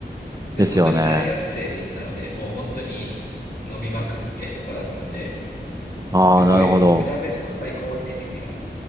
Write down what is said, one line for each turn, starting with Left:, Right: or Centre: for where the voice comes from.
Left: で、
Right: ですよね。
Left: その時大学生で行ったので、もう本当に飲みまくってとかだったんで、
Right: ああ、
Left: すごい、
Right: なるほど。
Left: もうブダペスト最高ってイメージが